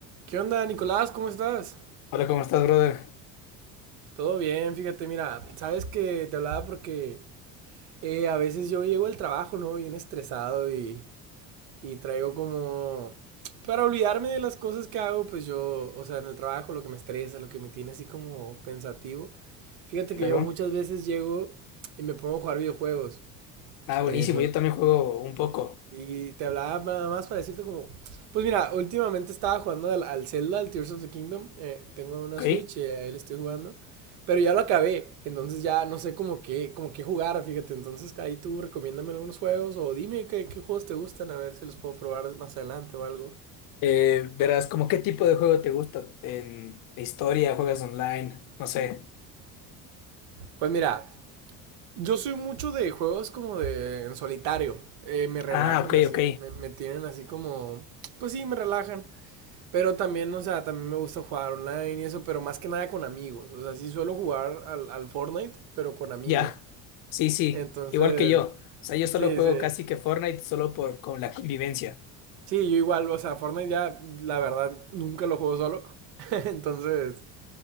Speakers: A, on the right; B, on the left.
A: ¿Qué onda, Nicolás? ¿Cómo estás?
B: Hola, ¿cómo estás, brother?
A: Todo bien, fíjate, mira, sabes que te hablaba porque eh, a veces yo llego al trabajo, ¿no? Bien estresado y, y traigo como... Para olvidarme de las cosas que hago, pues yo, o sea, en el trabajo, lo que me estresa, lo que me tiene así como pensativo. Fíjate
B: Claro.
A: que yo muchas veces llego y me pongo a jugar videojuegos.
B: Ah, buenísimo.
A: Eso,
B: Yo también juego un poco,
A: Y te hablaba nada más para decirte como, pues mira, últimamente estaba jugando al, al Zelda, al Tears of the Kingdom, eh, tengo una
B: ¿ok?
A: Switch y ahí lo estoy jugando, pero ya lo acabé, entonces ya no sé como qué, como qué jugar, fíjate, entonces ahí tú recomiéndame algunos juegos o dime qué, qué juegos te gustan, a ver si los puedo probar más adelante o algo.
B: Eh, verás, ¿cómo qué tipo de juego te gusta? ¿En historia? ¿Juegas online? No sé.
A: Pues mira, yo soy mucho de juegos como de en solitario, eh, me relajan
B: Ah, ok,
A: así,
B: ok.
A: me, me tienen así como, pues sí, me relajan. Pero también, o sea, también me gusta jugar online y eso, pero más que nada con amigos. O sea, sí suelo jugar al, al Fortnite, pero con amigos.
B: Ya. Sí, sí.
A: Entonces,
B: Igual que yo. O sea, yo solo
A: sí,
B: juego
A: sí.
B: casi que Fortnite solo por con la convivencia.
A: Sí, yo igual, o sea, Fortnite ya, la verdad, nunca lo juego solo. <laughs> Entonces,